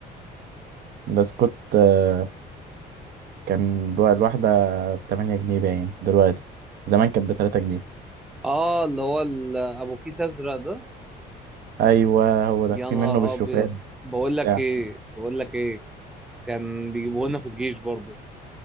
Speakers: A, on the right; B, in the centre.
A: بسكوت آه، كان دو- الواحدة بتمانية جنيه باين دلوقتي زمان كانت بتلاتة جنيه
B: اه اللي هو ال- ابو كيس ازرق ده
A: أيوه هو ده
B: يا
A: في
B: نهار
A: منه بالشوفان
B: ابيض بقول لك
A: بتاع
B: ايه بقول لك ايه كان بيجيبوه لنا في الجيش برضه